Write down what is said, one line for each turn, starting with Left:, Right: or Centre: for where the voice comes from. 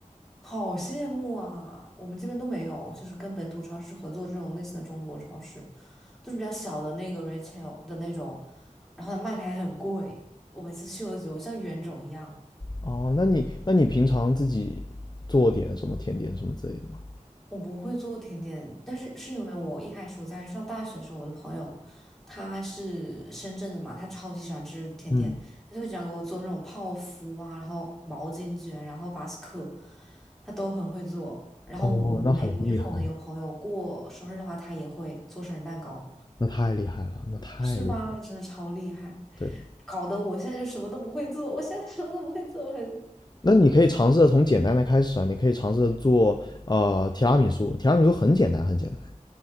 Centre: 好羡慕啊！我们这边都没有，就是跟本土超市合作这种类型的中国超市，都是比较小的那个 retail 的那种，然后它卖的还很贵。我每次去我都觉得我像冤种一样。
Left: 哦，那你那你平常自己做点什么甜点什么之类的吗？
Centre: 我不会做甜点，但是是因为我一开始我在上大学的时候，我的朋友他是深圳的嘛，他超级喜欢吃甜点，
Left: 嗯，
Centre: 他就想讲给我做那种泡芙啊，然后毛巾卷，然后巴斯克，他都很会做。然后我们每我就是我们有朋友过生日的话，
Left: 哦，那很厉害，
Centre: 他也会做生日蛋糕，
Left: 那太厉害了，那太厉害了
Centre: 是吧？真的超厉害，
Left: 对的，
Centre: 搞得我现在就什么都不会做，我现在什么都不会做，我很
Left: 那你可以尝试着从简单的开始啊，你可以尝试着做呃提拉米苏，提拉米苏很简单，很简单。